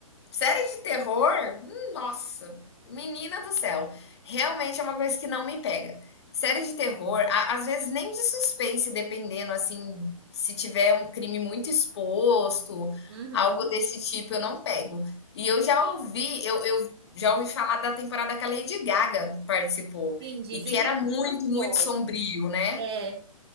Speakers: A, on the left; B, on the right.
A: Série de terror? Hum, Nossa, menina do céu. Realmente é uma coisa que não me pega. Série de terror, a- às vezes nem de suspense, dependendo, assim, se tiver um crime muito exposto,
B: uhum.
A: algo desse tipo, eu não pego. E eu já ouvi, eu, eu já ouvi falar da temporada que a Lady Gaga participou,
B: Sim, dizem
A: e que
B: que
A: era
B: é muito
A: muito, muito
B: boa.
A: sombrio, né?
B: É.